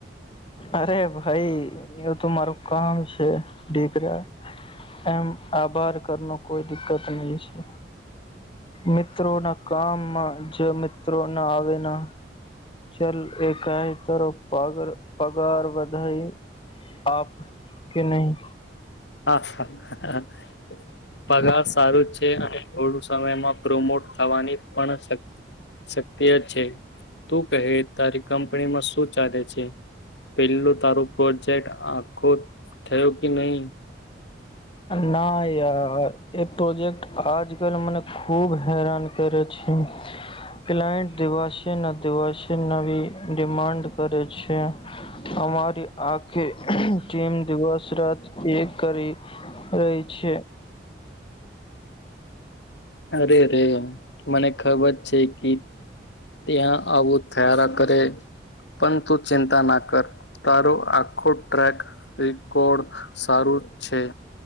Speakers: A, on the left; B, on the left.
A: અરે ભાઈ, એ તો મારું કામ છે દીકરા. એમ આભાર કર, કોઈ દિકકત નહીં છે, મિત્રો ના. કામમાં જમિત. મિત્રો ના આવેલા. ચલ, એ કાએ તારો પગાર વધાઈ આપ કે નહીં?
B: હા, પગાર સારું જ છે અને થોડું સમયમાં પ્રોમોટ થવાની પણ શક્તિ જ છે. તું કહે તારીખ? પ્રેમમાં શું ચાલે છે પેલું તારું? પ્રોજેક્ટ આખો. થયો કે નહીં?
A: ના એ. પ્રોજેક્ટ આજકાલ મને ખૂબ હેરાન કરે છે. ક્લાયન્ટ દિવસે ના દિવાસે નવી ડિમાન્ડ કરે છે. અમારી આખે ટીમ દિવસ-રાત. એ. કરી. રહી છે.
B: અરેરે! મને ખબર છે, કે ત્યાં આવો થયા કરે. પણ તું ચિંતા ના કર, તારું આ. આખો ટ્રેક રેકોર્ડ સારું છે.